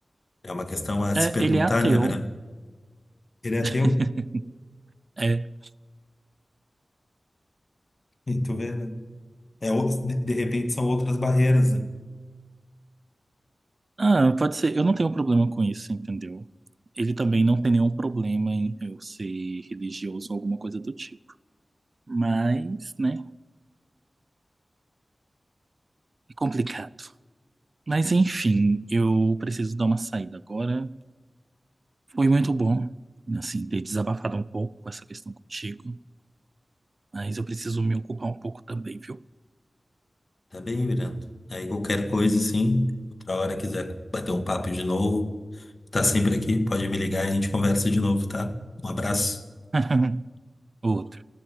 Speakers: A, on the left; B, on the right.
A: É uma questão a se
B: É,
A: perguntar,
B: ele é ateu.
A: né, Vera? Ele é
B: <laughs>
A: teu,
B: É.
A: e tu vê, né? É, o- de de repente são outras barreiras, né?
B: Ah, pode ser. Eu não tenho problema com isso, entendeu? Ele também não tem nenhum problema em eu ser religioso ou alguma coisa do tipo. Mas, né? É complicado. Mas enfim, eu preciso dar uma saída agora. Foi muito bom, assim, ter desabafado um pouco essa questão contigo, mas eu preciso me ocupar um pouco também, viu?
A: Tá bem, Miranda Aí qualquer coisa, sim. Outra hora quiser bater um papo de novo, tá sempre aqui, pode me ligar e a gente conversa de novo, tá? Um abraço.
B: <laughs> Outra.